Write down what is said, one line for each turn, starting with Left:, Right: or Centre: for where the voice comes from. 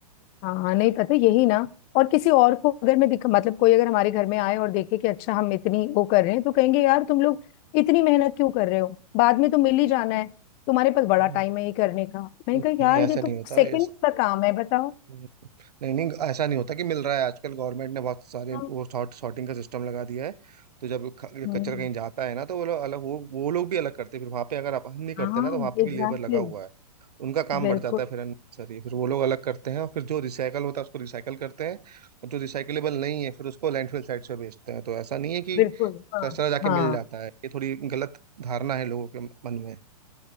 Left: हाँ नहीं पता यही ना और किसी और को अगर मैं दिख मतलब कोई अगर हमारे घर में आए और देखे कि अच्छा हम इतनी वो कर रहे हैं तो कहेंगे यार तुम लोग इतनी मेहनत क्यों कर रहे हो बाद में तो मिल ही जाना है तुम्हारे पास बड़ा
Right: हम्म।
Left: टाइम है ये करने का मैंने
Right: नहीं
Left: कहा यार
Right: ऐसा
Left: ये तो
Right: नहीं होता
Left: सेकंड
Right: ये
Left: का काम है बताओ
Right: हम्म, नहीं नहीं ऐसा नहीं होता कि मिल रहा है आजकल गवर्नमेंट ने बहुत सारे
Left: हाँ
Right: वो सॉर्ट सॉर्टिंग का सिस्टम लगा दिया है तो जब ख- ये
Left: हम्म
Right: कचरा कहीं जाता है ना तो वो लोग अलग वो वो लोग भी अलग करते हैं फिर वहां पे अगर आप हम नहीं करते
Left: हाँ
Right: ना तो वहां पे
Left: एग्जैक्टली
Right: भी लेबर लगा हुआ है उनका काम
Left: बिल्कुल
Right: बढ़ जाता है फिर अननेसेसरी फिर वो लोग अलग करते हैं और फिर जो रिसाइकल होता है उसको रिसाइकल करते हैं और जो रिसाइकलेबल नहीं है फिर उसको लैंडफिल साइट से बेचते हैं तो ऐसा नहीं है कि
Left: बिल्कुल हाँ
Right: कचरा जाके
Left: हाँ
Right: मिल जाता है ये थोड़ी गलत धारणा है लोगों के मन में